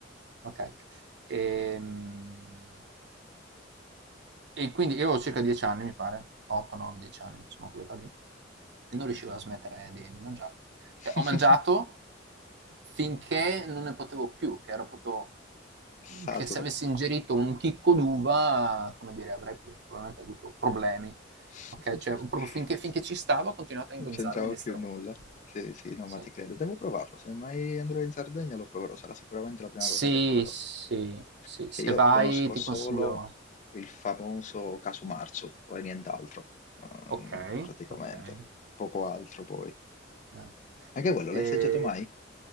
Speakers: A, on the right; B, on the left.
A: Okay. Ehm, e quindi io avevo circa 10 anni mi pare, 8, 9, 10 anni, insomma quell'età lì, e non riuscivo a smettere di di mangiare.
B: <laughs>
A: Cioè ho mangiato finché non ne potevo più, che ero proprio
B: Saturo.
A: che se avessi ingerito un chicco d'uva, come dire, avrei pro probabilmente avuto problemi,
B: <laughs>
A: okay, cioè proprio finché finché ci stavo ho continuato a
B: Non
A: ingozzarmi
B: c'entrava
A: di
B: più
A: 'sta roba
B: nulla.
A: qua.
B: Sì, sì, no,
A: Sì.
B: ma ti credo. Devo provarlo. Se mai andrò in Sardegna lo proverò. Sarà sicuramente la prima
A: Sì,
B: cosa che proverò.
A: sì, sì,
B: Perché
A: se
B: io
A: vai
B: conosco
A: ti
B: solo
A: consiglio
B: il famoso casu marzu, poi nient'altro, ehm,
A: Okay,
B: praticamente.
A: okay.
B: Poco altro poi.
A: Eh.
B: Anche quello,
A: Ehm
B: l'hai assaggiato mai?